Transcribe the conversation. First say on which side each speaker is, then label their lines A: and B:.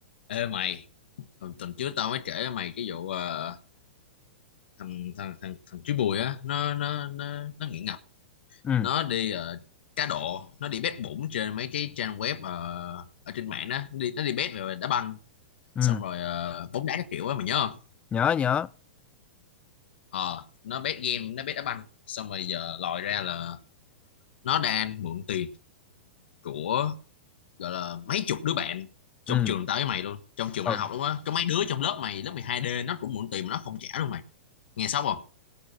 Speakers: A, on the left; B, on the left.
A: Ê mày, hồi tuần trước tao mới kể với mày cái vụ ờ, thằng thằng thằng thằng chú Bùi á, nó nó nó nó nghiện ngập,
B: ừ
A: nó đi ờ, cá độ, nó đi bet bủng trên mấy cái trang web ờ, ở trên mạng đó, nó đi nó đi bet về đá banh,
B: ừ
A: xong rồi ờ, bóng đá các kiểu á mày nhớ không?
B: nhớ nhớ
A: Ờ, nó bet game, nó bet đá banh, xong rồi giờ lòi ra là nó đang mượn tiền của gọi là mấy chục đứa bạn trong
B: ừ
A: trường tao với mày luôn, trong trường
B: ừ
A: mày đang học luôn á, có mấy đứa trong lớp mày lớp mười hai d nó cũng mượn tiền mà nó không trả luôn mày. Nghe xong không?